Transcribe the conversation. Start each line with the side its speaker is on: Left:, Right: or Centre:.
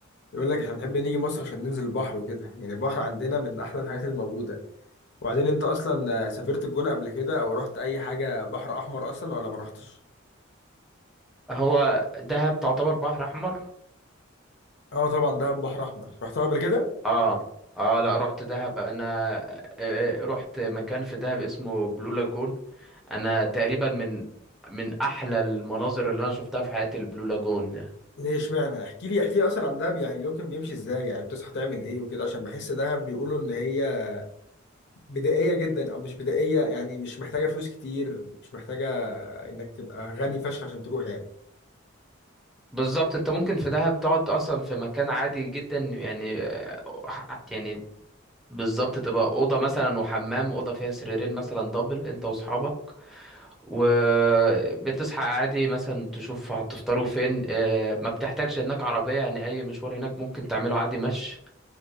Left: يقول لك احنا بنحب نيجي مصر عشان ننزل البحر وكده يعني البحر عندنا من احلى الحاجات الموجودة وبعدين انت اصلا سافرت الجونة قبل كده او رحت اي حاجة بحر احمر اصلا ولا ما رحتش
Centre: هو دهب تعتبر بحر احمر
Left: اه طبعا ده بحر احمر رحتها قبل كده
Centre: اه اه لا رحت دهب انا آه، آه، رحت مكان في دهب اسمه بلو لاجون انا تقريبا من من احلى المناظر اللي انا شفتها في حياتي البلو لاجون
Left: ليه اشمعنى احكي لي احكي لي اصلا عن دهب يعني يمكن بيمشي ازاي يعني بتصحى تعمل ايه وكده عشان بحس دهب بيقولوا ان هي بدائيه جدا او مش بدائيه يعني مش محتاجه فلوس كتير مش محتاجه انك تبقى غني فشخ عشان تروح يعني
Centre: بالظبط انت ممكن في دهب تقعد اصلا في مكان عادي جدا يعني آه، يعني بالظبط تبقى اوضه مثلا وحمام اوضه فيها سريرين مثلا دبل انت واصحابك وبتصحى عادي مثلا تشوف هتفطروا فين آه، ما بتحتاجش هناك عربيه يعني اي مشوار هناك ممكن تعمله عادي مشي